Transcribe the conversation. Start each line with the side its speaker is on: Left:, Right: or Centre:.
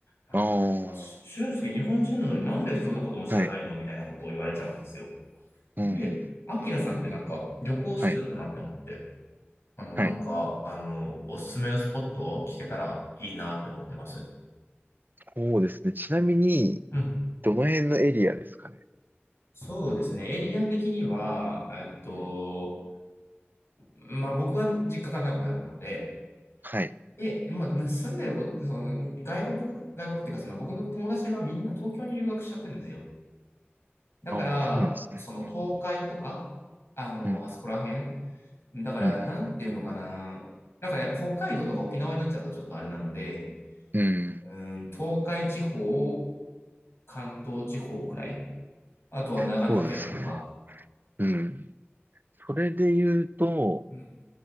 Left: なんなんか、
Right: ああ、
Left: 俊介日本人なのになんでそんなことも知らないのみたいなことを言われちゃうんですよ。
Right: はい。うんうん。
Left: で、アキラさんってなんか旅行好きだったなって思って、
Right: はい。
Left: あの、
Right: はい。
Left: なんか、あの、おすすめのスポットを聞けたらいいなって思ってます。
Right: そうですね。ちなみに、
Left: うん。
Right: どの辺のエリアですかね。
Left: そうですね。エリア的には、えっと、
Right: うん。
Left: まあ、僕は実家が名古屋なので、
Right: はい。
Left: で、まあ、住んでる子、その外国、外国っていうか、その僕の友達はみんな東京に留学しちゃってるんですよ。だから、
Right: ああ、そうなんですね。
Left: その東海とか、
Right: うん。
Left: あの、
Right: うん。
Left: あそこら辺。だから、
Right: うん。
Left: なんていうのかな。だからやっぱ北海道とか沖縄になっちゃうとちょっとあれなので、
Right: うん
Left: うん、東海地方、関東地方くらい。あとは長野県とか。
Right: そうですね。うん。それで言うと、
Left: うん。